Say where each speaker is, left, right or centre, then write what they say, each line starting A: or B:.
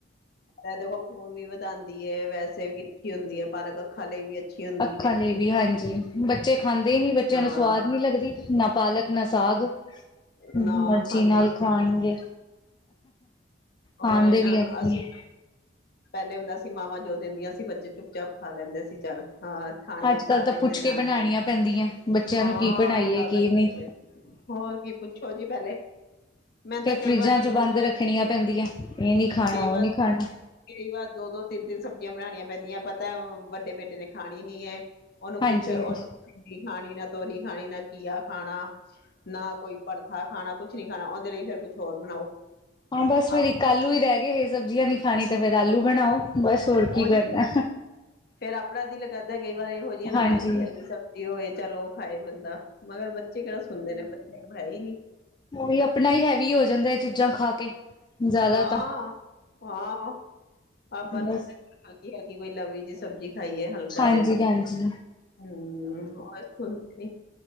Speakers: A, on the left (about 55°); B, on the left (about 25°).
A: ਇਹ ਦੇਖੋ, ਖ਼ੂਨ ਵੀ ਵਧਾਉਂਦੀ ਹੈ, ਵੈਸੇ ਵੀ ਅੱਛੀ ਹੁੰਦੀ ਹੈ ਪਾਲਕ, ਅੱਖਾਂ ਲਈ ਵੀ। ਅੱਛੀ ਹੁੰਦੀ
B: ਅੱਖਾਂ
A: ਹੈ
B: ਲਈ ਵੀ, ਹਾਂਜੀ। ਬੱਚੇ ਖਾਂਦੇ ਹੀ ਨਹੀ, ਬੱਚਿਆਂ
A: ਹਾਂ
B: ਨੂੰ ਸਵਾਦ ਨੀ ਲੱਗਦੀ ਨਾ ਪਾਲਕ। ਨਾ ਸਾਗ ਮਰਜ਼ੀ
A: ਨਾ ਖਾਂਦੇ
B: ਨਾਲ ਖਾਣਗੇ।
A: ਉਹ
B: ਆਂਦੇ
A: ਨਾ
B: ਵੀ ਇਹੀ
A: ਅਸੀਂ
B: ਹੈ।
A: ਪਹਿਲੇ ਹੁੰਦਾ ਸੀ, ਮਾਵਾਂ ਜੋ ਦਿੰਦੀਆਂ ਸੀ, ਬੱਚੇ ਚੁੱਪ-ਚਾਪ ਖਾ ਲੈਂਦੇ ਸੀ ਚੱਲ ਹਾਂ। ਖਾਣੀ
B: ਅੱਜ
A: ਆ ਖਾ
B: ਕੱਲ੍ਹ ਤਾਂ
A: ਨਹੀਂ
B: ਪੁੱਛ
A: ਤੇ ਨਾ
B: ਕੇ ਬਣਾਣੀਆਂ
A: ਸਹੀ।
B: ਪੈਂਦੀਆਂ ਬੱਚਿਆਂ
A: ਹਾਂ,
B: ਨੂੰ ਕੀ ਬਣਾਈਏ
A: ਅੱਜਕੱਲ੍ਹ
B: ਕੀ
A: ਤਾਂ ਪੁੱਛ
B: ਨਹੀਂ।
A: ਦੇ, ਹੋਰ। ਕੀ ਪੁੱਛੋ ਜੀ ਪਹਿਲੇ। ਮੈਨੂੰ
B: ਫਿਰ
A: ਤਾਂ ਕਈ
B: ਫਰਿਜਾਂ
A: ਵਾਰ ਨਾ
B: ਚ
A: ਦੋ
B: ਬੰਦ
A: ਦੋ
B: ਰੱਖਣੀਆਂ ਪੈਂਦੀਆਂ ਇਹ ਨੀ ਖਾਣਾ
A: ਕਈ
B: ਉਹ
A: ਵਾਰ
B: ਨੀ ਖਾਣਾ।
A: ਕਈ ਵਾਰ ਦੋ- ਦੋ, ਤਿੰਨ- ਤਿੰਨ ਸਬਜ਼ੀਆਂ ਬਣਾਉਣੀਆਂ ਪੈਂਦੀਆਂ ਪਤਾ ਵੱਡੇ ਬੇਟੇ ਨੇ ਖਾਣੀ ਨੀ ਹੈ। ਉਹਨੂੰ
B: ਹਾਂਜੀ-ਹਾਂਜੀ।
A: ਕੁਛ ਉਹਨ ਖਾਣੀ ਨਾ ਤੋਰੀ ਖਾਣੀ ਨਾ ਕੀਆ ਖਾਣਾ। ਨਾ ਕੋਈ ਪੜਥਾ ਖਾਣਾ ਕੁਛ ਨਹੀਂ ਖਾਣਾ ਉਹਦੇ ਲਈ ਫੇਰ ਕੁਛ ਹੋਰ ਬਣਾਓ।
B: ਹਾਂ ਬਸ ਫੇਰ
A: ਆਪ
B: ਆਲੂ ਹੀ ਰਹਿ ਗਏ ਇਹ ਸਬਜ਼ੀਆਂ ਲਈ ਖਾਣੀ ਤੇ ਫੇਰ ਆਲੂ ਬਣਾਓ ਬਸ ਹੋਰ
A: ਉਹੀ
B: ਕੀ ਕਰਨਾ।
A: ਫੇਰ ਆਪਣਾ ਦਿਲ ਕਰਦਾ ਕਈ ਵਾਰ ਇਹੋ ਜਿਹੀਏ ਨਾ
B: ਹਾਂਜੀ-ਹਾਂਜੀ।
A: ਹਲਕੀ- ਹਲਕੀ ਸਬਜ਼ੀ ਹੋਏ ਚਲ ਉਹ ਖਾਏ ਬੰਦਾ। ਮਗਰ ਬੱਚੇ ਕਿਹੜਾ ਸੁਣਦੇ ਨੇ ਬੱਚ ਹੈ ਹੀ ਨਹੀਂ।
B: ੳਹ ਆਪਣਾ ਹੀ ਹੈਵੀ ਹੋ ਜਾਂਦਾ ਇਹ ਚੀਜ਼ਾਂ ਖਾ ਕੇ। ਜ਼ਿਆਦਾ
A: ਹਾਂ-
B: ਤਾਂ
A: ਹਾਂ ਆਪਾ ਨੂ
B: ਬਸ
A: ਹਲਕੀ -ਹਲਕੀ ਕੋਈ ਲਵੀ ਜੀ ਸਬਜ਼ੀ ਖਾਈਏ ਹਲੀ
B: ਹਾਂਜੀ ਹਾਂਜੀ
A: <unintelligible>